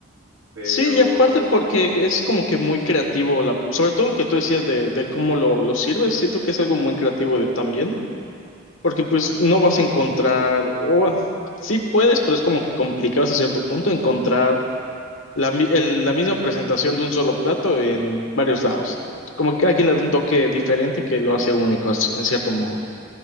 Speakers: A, on the right; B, on the left.
A: Pero,
B: Sí, y aparte porque es como que muy creativo, la, sobre todo lo que tú decías de, de cómo lo, lo sirves, siento que es algo muy creativo de también, porque pues
A: ah,
B: no
A: sí.
B: vas a encontrar, o bueno, sí puedes, pero es como que complicado hasta cierto punto encontrar la, mi- el- la misma presentación de un solo plato en varios lados. Como que cada quien le da un toque diferente que lo hace único as- en cierto modo.